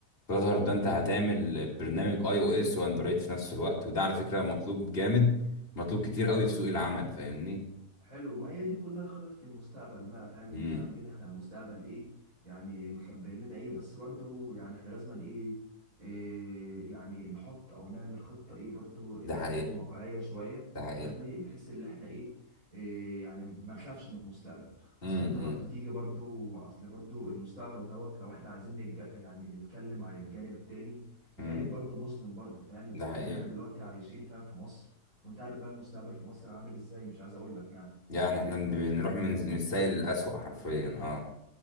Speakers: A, on the left (about 35°); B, on the right (about 55°).
A: فلاتر ده
B: امم
A: انت هتعمل برنامج اي او اس واندرويد في نفس الوقت وده على فكرة مطلوب جامد مطلوب كتير قوي
B: حلو
A: في سوق العمل فاهمني
B: حلو ما هي دي كلها خطط في المستقبل بقى فاهم مش
A: امم
B: عارفين احنا المستقبل ايه يعني مخبئين لنا ايه بس برضو يعني احنا لازم ايه, إيه يعني نحط او نعمل خطة ايه برضو انها
A: ده حقيقة
B: تكون واقعية شوية
A: ده حقيقة
B: فاهمني بحيث ان احنا ايه, إيه يعني ما نخافش من المستقبل
A: امم
B: اصل انت برضو تيجي برضو اصل برضو المستقبل دوت لو احنا عايزين نتج... يعني نتكلم على الجانب التاني جانب
A: امم
B: برضو مظلم برضو فاهم
A: ده حقيقي
B: يعني احنا دلوقتي عايشين فاهم في مصر وانت عارف بقى المستقبل في مصر عامل ازاي مش عايز اقول لك يعني
A: يعني احنا بنروح من من السيء للأسوأ حرفيا اه